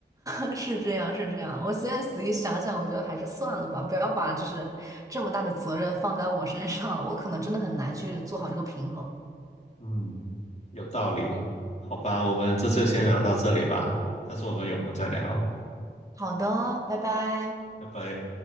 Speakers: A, on the right; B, on the left.
A: 的 <laughs> 是这样，是这样。我现在仔细想想，我觉得还是算了吧，不要把就是这么大的责任放在我身上了，我可能真的很难去做好这个平衡。
B: 嗯，有道理。好吧，我们这次先聊到这里吧，下次我们有空再聊，
A: 好的，拜拜。
B: 拜拜。